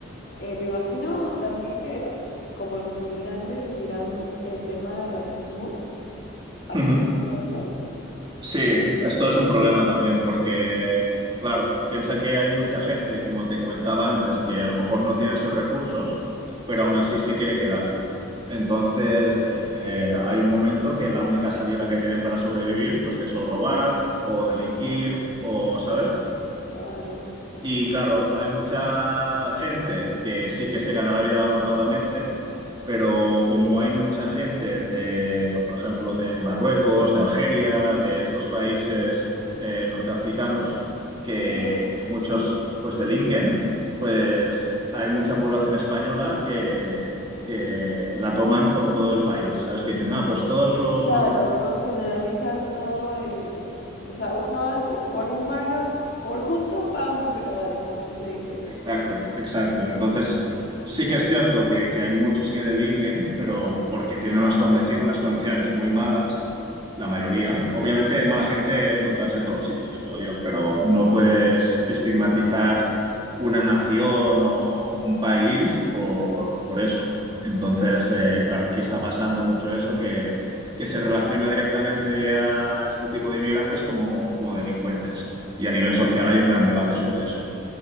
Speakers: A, on the left; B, on the right.
A: Eh, me imagino también que ah, como los inmigrantes vivirán el tema de racismo. ¿Has
B: Ujú.
A: visto eso?
B: Sí, esto es un problema también porque, claro, piensa que hay mucha gente, como te comentaba antes, que a lo mejor no tiene esos recursos, pero aún así se quiere quedar. Entonces, eh, hay un momento que la única salida que tienen para sobrevivir, pues es o robar o delinquir o, ¿sabes?
A: Claro.
B: Y claro, hay mucha gente que sí que se gana la vida honradamente, pero como hay mucha gente de, pues por ejemplo, de Marruecos, de Algeria, de estos países eh, norteafricanos, que,
A: Ajá.
B: que muchos pues delinquen, pues hay mucha población española que, que la toman con todo el país, ¿sabes? Que dicen, ah, pues todos los
A: Claro,
B: marroquíes
A: no generalizan todo en- O sea, uno ha- u- por un malo, por justos pagan por pecadores, como así se dice.
B: Exacto, exacto. Entonces, sí que es cierto que, que hay muchos que delinquen, pero porque tienen unas, condici- unas condiciones muy malas, la mayoría. Obviamente, mala gente encontrarás en todos sitios, creo yo, pero no puedes estigmatizar una nación o un país por, por eso. Entonces, eh, claro, aquí está pasando mucho eso que, que se relaciona directamente a este tipo de inmigrantes como, como delincuentes. Y a nivel social hay un gran debate sobre eso.